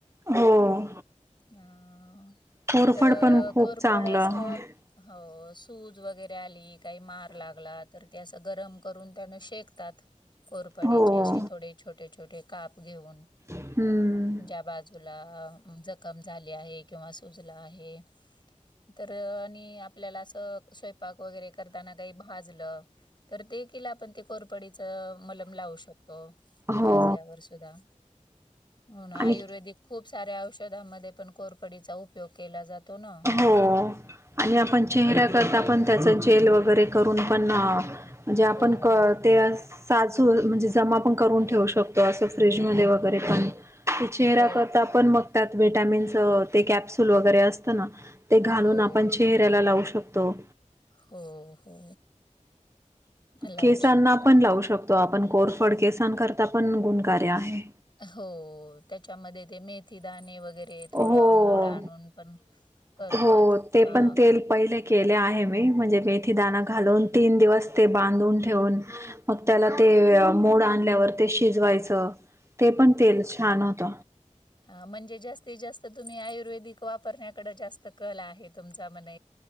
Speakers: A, on the right; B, on the left.
A: हो.
B: आ...
A: कोरफड
B: तर
A: पण खूप
B: कोरपड
A: चांगलं
B: असं
A: आहे.
B: हो सूज वगैरे आली काही मार लागला तर ते असं गरम करून त्यान शेकतात कोरपडीचे
A: हो
B: असे थोडे छोटे -छोटे काप घेऊन
A: हम्म
B: ज्या बाजूला जखम झाली आहे किंवा सुजला आहे तर आणि आपल्याला असं स्वयंपाक वगैरे करताना काही भाजलं तर ते किला आपण ते कोरपडीच मलम लावू शकतो तो
A: हो
B: भाजल्यावर सुद्धा म्हणून, आयुर्वेदिक
A: आणि
B: खूप साऱ्या औषधामध्ये पण कोरपडीचा उपयोग केला जातो. ना.
A: हो आणि
B: हं.
A: आपण चेहऱ्या करता पण त्याचं जेल वगैरे करून पण-हा- म्हणजे आपण
B: हो,
A: ते अस साजू- म्हणजे जमा पण करून ठेवू शकतो असं फ्रीजमध्ये वगैरे पण ते <inaudible> चेहरा
B: हो,
A: करता आपण बघतात वि्हटॅमिन्स ते कॅप्सुल वगैरे असतं ना ते घालून
B: हो,
A: आपण चेहऱ्याला लावू शकतो
B: हो- हो लावू
A: केसांना
B: शकतो.
A: पण लावू शकतो आपण कोर् फड केसां करता पण गुणकारी आहे
B: हो, त्याच्यामध्ये मेथी ते दाणे वगैरे वगैरे
A: हो.
B: थोडं मोड आणून पण करतात
A: हो ते
B: हा
A: पण तेल पहिले केले आहे म्हणजे मेथी दाना घालून तीन दिवस ते बांधून ठेवून म त्याला मोड आणल्या शिजवायच ते पण तेल छान होत
B: हा म्हणजे जास्तीत जास्त तुम्ही आयुर्वेदिक वापरण्याकडे जास्त कल आहे तुमचा म्हना